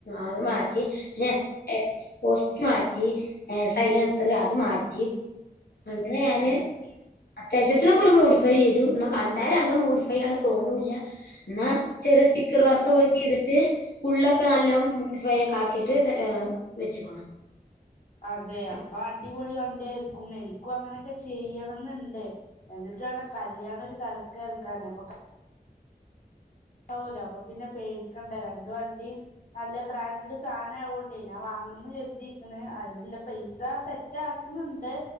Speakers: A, on the left; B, on the left.
A: അത് മാറ്റി പിന്നെ എസ് എക്സ് പോസ്റ്റ് മാറ്റി ഏ സൈലെൻസെർ അത് മാറ്റി അങ്ങനെ ഞാന്
B: <inaudible>
A: അത്യാവശ്യത്തിനൊക്കെ ഒരു മോഡിഫൈ ചെയ്തു ഇന്നാ കണ്ടാലങ്ങനെ മോഡിഫൈയാണ് തോന്നുല്ല. ഇന്നാ ചെറിയെ സ്റ്റിക്കർ വർക്കൊക്കെ ചെയ്തിട്ട് ഉള്ളൊക്കെ നല്ലോം
B: ഉം.
A: മൂഡിഫൈ ഒക്കെ ആക്കിട്ട് ഏഹ് വെച്ച്ക്ക്ണ്.
B: അതെ അപ്പൊ അടിപൊളി വണ്ടി ആരിക്കും എനിക്കും അങ്ങനെയൊക്കെ ചെയ്യണംന്നുണ്ട്. എന്നിട്ട് വാണം കല്യാണം ഒര് കലക്ക് കൽക്കാന് അപ്പൊക ണ്ടാവോലോ അപ്പൊ പിന്നെ പേടിക്കണ്ട രണ്ട് വണ്ടി ന്നല്ലെ ബ്രാൻഡെഡ് സാനാവോണ്ടേ ഞാൻ വാങ്ങണംന്ന് കരുതിരിക്ക്ണ് അയ്നില്ല പൈസ സെറ്റ് റ്റാക്ക്ണ് ണ്ട്